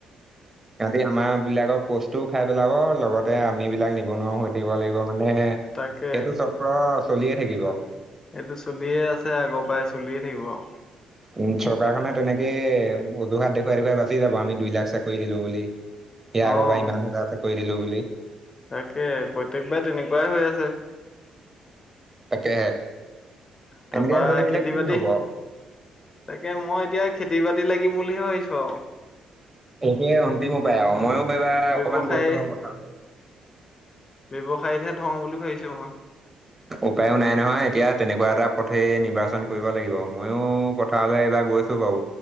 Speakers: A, on the right; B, on the left.
A: <unintelligible> সিহঁতি আমাৰ বিলাকৰ পোষ্টটো খাই পেলাব লগতে আমিবিলাক নিবনুৱা হৈ থাকিব লাগিব মানে সেইটো
B: তাকে
A: চক্ৰ চলিয়ে থাকিব।
B: সেইটো চলিয়ে আছে আগৰ পৰাই চলিয়ে থাকিব আৰু।
A: উম, চৰকাৰখনে তেনেকেই অভিঘাত দেখুৱাই দেখুৱাই বাচি যাব আমি দুই লাখ চাকৰি দিলো বুলি। সেইয়া আগৰ
B: অ'
A: বা ইমান হাজাৰ চৰকাৰী দিলো বুলি।
B: তাকে প্ৰত্যেকবাৰ তেনেকুৱাই হৈ আছে।
A: তাকে
B: তাৰপা
A: এনেকে হৈ থাকিলে
B: খেতি
A: কি
B: বাতি
A: হব আৰু?
B: তাকে মই এতিয়া খেতি বাতি লাগিম বুলিহে ভাবিছো আৰু।
A: সেইয়ে অন্তিম উপায় আৰু ময়ো এইবাৰ অকমান
B: ব্যৱসায়
A: গৈছো বাৰু পথাৰলে।
B: ব্যৱসায়তহে থওঁ বুলি ভাবিছো অকণমান।
A: উপায়ো নাই নহয় এতিয়া তেনেকুৱা এটা পথেই নিৰ্বাচন কৰিব লাগিব ময়ো পথাৰলৈ এইবাৰ গৈছো। বাৰু